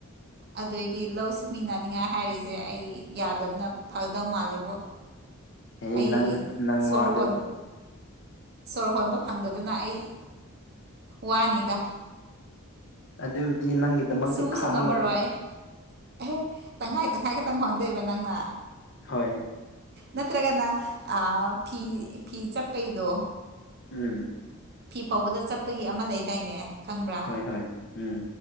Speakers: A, on the right; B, on the left.
A: ꯑꯗꯨꯑꯣꯏꯗꯤ ꯂꯧ ꯁꯨꯃꯤꯟꯅꯅꯤꯡꯉꯥꯏ ꯍꯥꯏꯔꯤꯁꯦ ꯑꯩ ꯌꯥꯗꯕꯅ ꯐꯒꯗꯧ ꯃꯥꯜꯂꯦꯕꯣ
B: ꯑꯦ
A: ꯑꯩ
B: ꯅꯪ ꯅꯪ
A: ꯁꯣꯔ
B: ꯋꯥꯗꯣ
A: ꯍꯣꯟ ꯁꯣꯔ ꯍꯣꯟꯕ ꯐꯪꯗꯗꯅ ꯑꯩ ꯋꯥꯅꯤꯗꯥ
B: ꯑꯗꯨꯕꯨꯗꯤ ꯅꯪꯒꯤꯗꯃꯛꯇ
A: ꯁꯨꯁꯨ
B: ꯈꯥꯛꯑ
A: ꯉꯝꯃꯔꯣꯏ
B: ꯂꯣꯏꯔꯦ
A: ꯑꯦꯍꯦ ꯇꯪꯈꯥꯏ ꯇꯪꯈꯥꯏ ꯈꯛꯇꯪ ꯍꯣꯟꯗꯣꯏꯕ ꯅꯪꯅ
B: ꯍꯣꯏ
A: ꯅꯠꯇ꯭ꯔꯒꯅ ꯑꯥ ꯐꯤ ꯐꯤ ꯆꯞꯄꯩꯗꯣ
B: ꯎꯝ
A: ꯐꯤ ꯐꯧꯕꯗ ꯆꯞꯄꯒꯤ ꯑꯃ ꯂꯩꯗꯥꯏꯅꯦ ꯈꯪꯕ꯭ꯔꯥ
B: ꯍꯣꯏ ꯍꯣꯏ ꯎꯝ